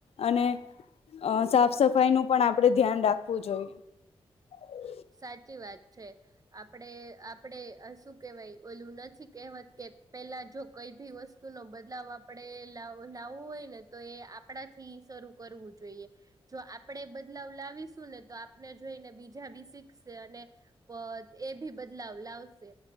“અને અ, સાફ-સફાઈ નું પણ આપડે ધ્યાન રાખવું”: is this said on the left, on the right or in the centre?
Left